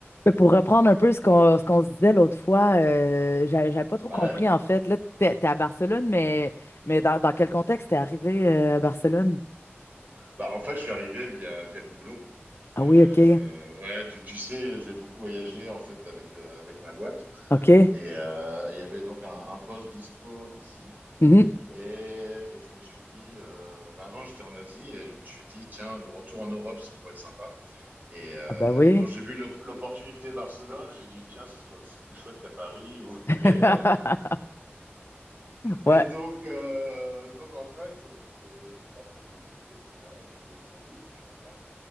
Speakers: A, on the left; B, on the right.
A: Mais Pour reprendre un peu ce qu'on ce qu'on se disait l'autre fois, euh, j'avais j'avais pas trop
B: Ouais.
A: compris en fait. Là, t'es, t'es à Barcelone, mais, mais dans, dans quel contexte t'es arrivé euh, à Barcelone?
B: Bah, en fait, je suis arrivé via, via le boulot.
A: Ah
B: Euh,
A: oui, OK.
B: ouais, tu, tu sais, j'ai beaucoup voyagé en fait avec, euh, avec ma boîte.
A: OK.
B: Et euh, il y avait donc un, un poste dispo ici.
A: Mhm.
B: Et, et je me suis dit, euh, bah avant j'étais en Asie et je me suis dit, tiens, le retour en Europe, ça pourrait être sympa. Et, euh,
A: Ah ben oui.
B: et quand j'ai vu l'op- l'opportunité Barcelone, j'ai dit, tiens, ce sera- c'est plus chouette qu'à Paris <laughs> ou, ou
A: <laughs>
B: qu'ailleurs. Et
A: Ouais.
B: donc, euh, donc en fait, j'ai j'ai pas trop hésité, tu vois. Et puis aujourd'hui, bah, je suis content.